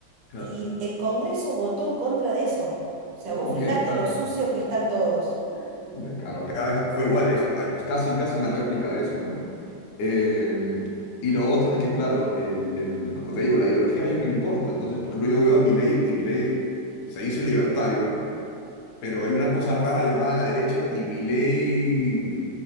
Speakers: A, on the left; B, on the right.
A: claro.
B: Y el Congreso votó en contra de eso. O sea,
A: No,
B: vos fijate
A: qué descaro,
B: lo sucio que están todos.
A: es un descaro. Acá es- fue igual, es, hay- casi, casi una réplica de eso, ¿no? Eh, y lo otro es que, claro, el, el- como te digo, la ideología ya no importa. Entonces, por ejemplo, yo veo a Milei y Milei se dice libertario, pero hay una cosa rara llamada la derecha y Milei